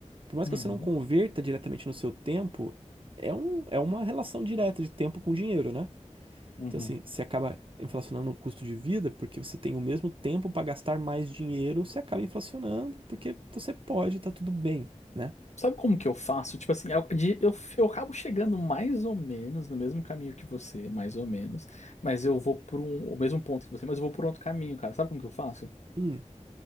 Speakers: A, on the right (about 45°); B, on the left (about 65°).
A: Por mais
B: uhum,
A: que você não converta diretamente no seu tempo, é, um, é uma relação direta de tempo com dinheiro, né?
B: uhum.
A: Então, assim, você acaba inflacionando o custo de vida porque você tem o mesmo tempo para gastar mais dinheiro, você acaba inflacionando porque você pode, tá tudo bem, né?
B: Sabe como que eu faço? Tipo assim, eu, de- eu, eu acabo chegando mais ou menos no mesmo caminho que você, mais ou menos, mas eu vou por um, o mesmo ponto que você, mas eu vou por outro caminho, cara. Sabe como que eu faço?
A: Hum,